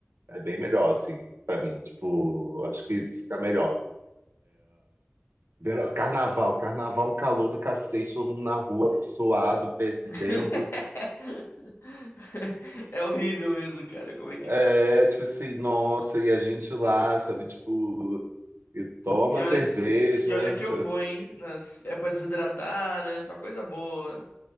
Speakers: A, on the right; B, on the left.
A: é bem melhor, assim, pra mim. Tipo, acho que fica melhor. Vera- Carnaval, carnaval, um calor do cacete, todo mundo na rua, suado, fedendo.
B: <laughs> É horrível mesmo, cara. Como é que
A: É,
B: pode?
A: tipo assim, nossa, e a gente lá, sabe, tipo, e toma
B: E olha
A: cerveja.
B: que, e olha que eu vou, hein? Nas... É pra desidratar, né? Só coisa boa.